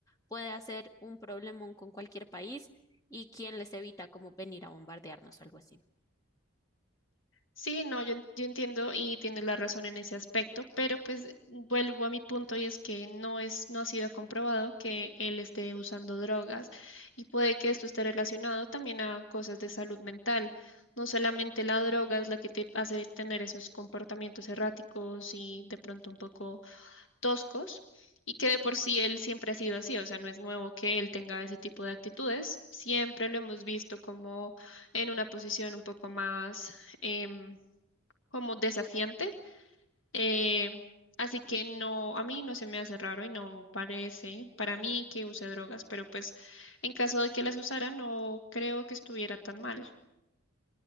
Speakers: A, on the left (about 15°); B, on the left (about 65°).
A: puede hacer un problemón con cualquier país y quién les evita como venir a bombardearnos o algo así.
B: Sí, no, yo, en- yo entiendo y tienes la razón en ese aspecto, pero pues vuelvo a mi punto y es que no es, no ha sido comprobado que él esté usando drogas y puede que esto esté relacionado también a cosas de salud mental. No solamente la droga es la que te hace tener esos comportamientos erráticos y de pronto un poco toscos y que de por sí él siempre ha sido así, o sea, no es nuevo que él tenga ese tipo de actitudes, siempre lo hemos visto como en una posición un poco más em, como desafiante. eh, así que no, a mí no se me hace raro y no parece para mí que use drogas, pero pues en caso de que las usara, no creo que estuviera tan mal.